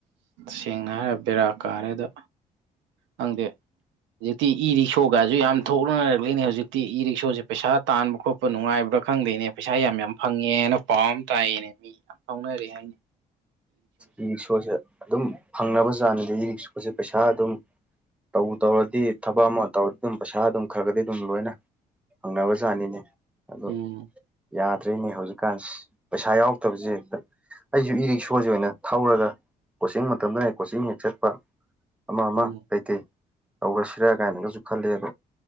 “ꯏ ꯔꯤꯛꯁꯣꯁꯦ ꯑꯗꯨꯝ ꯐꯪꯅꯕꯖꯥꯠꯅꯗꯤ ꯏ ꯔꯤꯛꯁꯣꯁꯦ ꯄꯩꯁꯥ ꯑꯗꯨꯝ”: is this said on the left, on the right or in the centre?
Centre